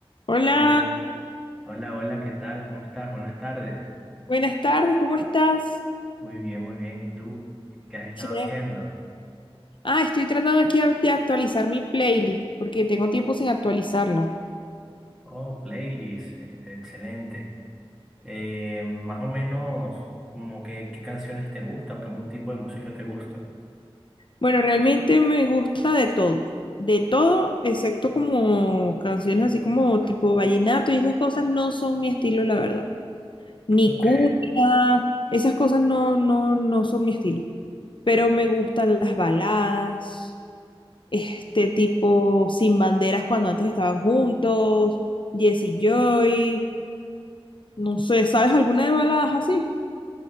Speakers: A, on the left; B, in the centre.
A: Hola,
B: Hol- Hola, hola, ¿qué tal? ¿Cómo estás? Buenas tardes.
A: buenas tardes, ¿cómo estás?
B: Muy bien, muy bien. ¿Y tú? ¿Qué has estado
A: Sí.
B: haciendo?
A: Ah, estoy tratando aquí a- de actualizar mi playlist porque tengo tiempo sin actualizarla.
B: Oh, playlist, este, excelente. Eh, más o menos, como que, ¿qué canciones te gustan o qué mu- tipo de música te gusta?
A: Bueno, realmente me gusta de todo, de todo, excepto como canciones así como tipo vallenato y esas cosas no son mi estilo, la verdad. Ni
B: Ok.
A: cumbia, esas cosas no, no, no son mi estilo. Pero me gustan las baladas, este tipo Sin Banderas cuando antes estaban juntos, Jesse Joy. No sé, ¿sabes alguna de baladas así?